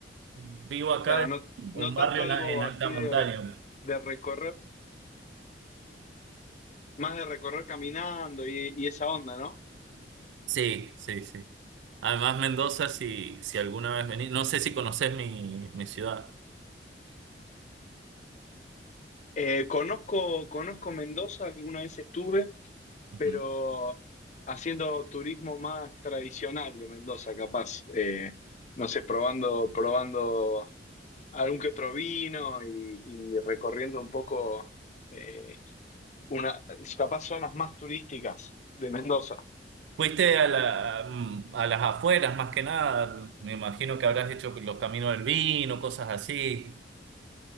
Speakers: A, on the right; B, on the left.
A: vivo acá
B: claro,
A: en
B: no, no
A: un
B: tanto
A: barrio
B: algo
A: en, a- en alta
B: así
A: montaña.
B: de, de recorrer, más de recorrer caminando y, y esa onda, ¿no?
A: Sí, sí, sí. Además, Mendoza, si, si alguna vez venís, no sé si conocés mi, mi ciudad.
B: Eh, conozco, conozco Mendoza, alguna vez estuve,
A: Ujú.
B: pero haciendo turismo más tradicional de Mendoza, capaz. eh, no sé, probando, probando algún que otro vino y, y recorriendo un poco eh, una, capaz zonas más turísticas de Mendoza.
A: Fuiste a la, mm, a las afueras más que nada. Me imagino que habrás hecho los caminos del vino, cosas así.